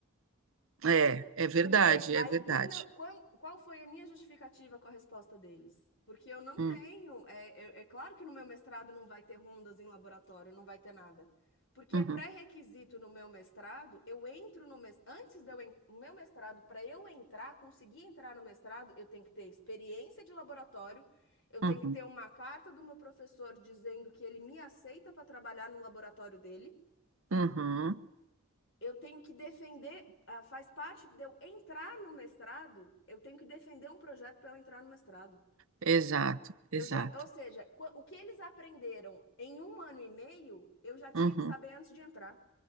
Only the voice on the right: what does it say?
É, é verdade,
é verdade.
Hum,
uhum,
uhum,
uhum.
Exato, exato.
Uhum,